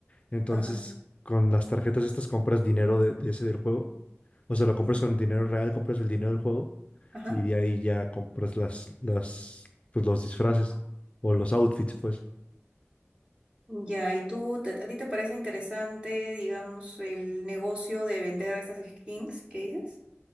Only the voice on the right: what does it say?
ajá,
ajá.
Ya, ¿y tú, te- a ti te parece interesante, digamos, el negocio de vender esas skins que dices?